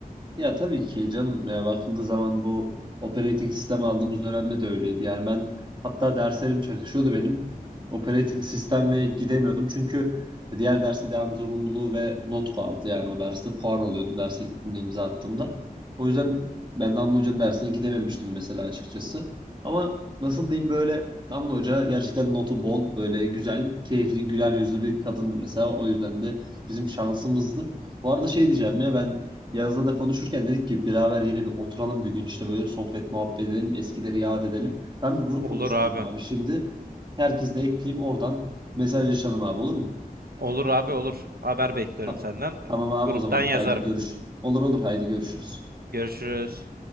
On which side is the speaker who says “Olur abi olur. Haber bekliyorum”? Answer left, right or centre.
Right